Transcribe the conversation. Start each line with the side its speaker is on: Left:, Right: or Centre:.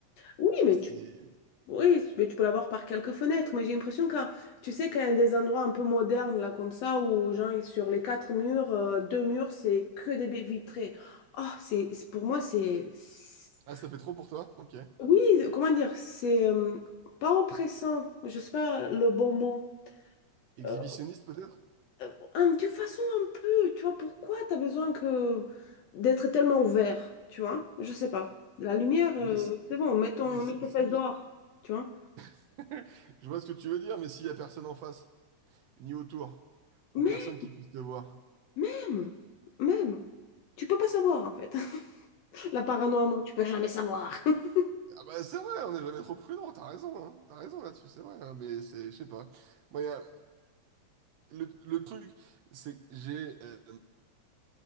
Left: Oui, mais
Right: C'est-
Left: tu, oui, mais tu peux l'avoir par quelques fenêtres, mais j'ai l'impression que, tu sais, qu'il y a des endroits un peu modernes, là, comme ça, où, genre, sur les quatre murs, euh, deux murs, c'est que des baies vitrées. Oh, c'est, c'est- pour moi, c'est... c'est-
Right: Ah ça fait trop pour toi? Ok.
Left: Oui, comment dire, c'est euh, pas oppressant, je sais pas le bon mot.
Right: Exhibitionniste
Left: euh,
Right: peut-être?
Left: Euh, en- d'une façon un peu, tu vois, pourquoi tu as besoin que d'être tellement ouvert, tu vois? Je sais pas. La lumière,
Right: Mais,
Left: euh,
Right: si-
Left: c'est bon, mets ton,
Right: mais si,
Left: mets tes
Right: si,
Left: fesses dehors, tu vois?
Right: <laughs> je vois ce que tu veux dire, mais s'il y a personne en face. Ni autour, ou
Left: Mais
Right: personne qui puisse te voir.
Left: même, même, tu peux pas savoir en fait. <laughs> La paranoïa, moi, tu peux jamais savoir. <laughs>
Right: Ah bah c'est vrai, on n'est jamais trop prudent, t'as raison, hein. T'as raison là-dessus, c'est vrai, hein, mais c'est, je sais pas. Moi, y a- le, le truc, c'est que j'ai euh,